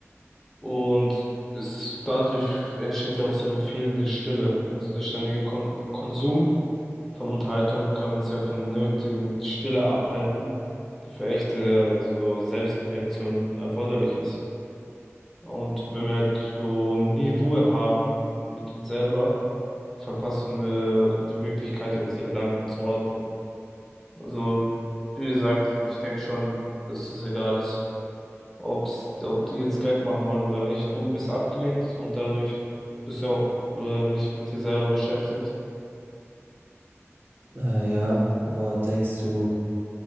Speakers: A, in the centre; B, on the right.
A: Und es, dadurch entsteht ja auch so eine fehlende Stille. Also der ständige Kon Konsum von Unterhaltung kann uns ja von nötigen Stille abhalten, die für echte äh, so Selbstreflexion erforderlich ist. Und wenn wir halt so nie Ruhe haben mit uns selber, verpassen wir die Möglichkeit, unsere Gedanken zu ordnen. Also, wie gesagt, ich denke schon, dass es egal ist, ob's, ob die jetzt Geld machen wollen oder nicht. Du bist abgelenkt und dadurch bist du auch äh, nicht mit dir selber beschäftigt.
B: äh, ja, aber denkst du,